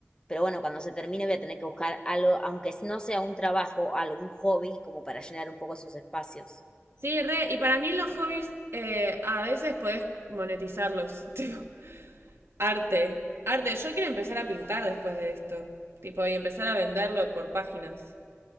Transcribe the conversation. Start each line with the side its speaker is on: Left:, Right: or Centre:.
Left: pero bueno, cuando se termine voy a tener que buscar algo, aunque no sea un trabajo, algún hobby, como para llenar un poco esos espacios.
Right: Sí, re, y para mí los hobbies eh, a veces podés monetizarlos, <laughs> tipo. Arte. Arte. Yo quiero empezar a pintar después de esto. Tipo, y empezar a venderlo por páginas.